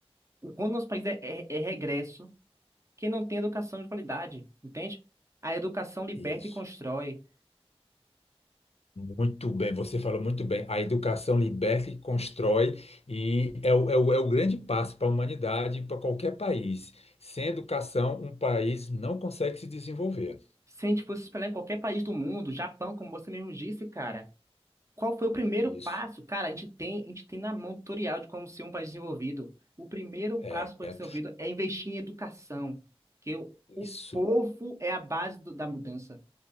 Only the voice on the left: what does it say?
Isso.
Muito bem, você falou muito bem. A educação liberta e constrói, e é o, é o, é o grande passo para a humanidade, e para qualquer país. Sem educação, um país não consegue se desenvolver.
Isso,
é,
é,
isso.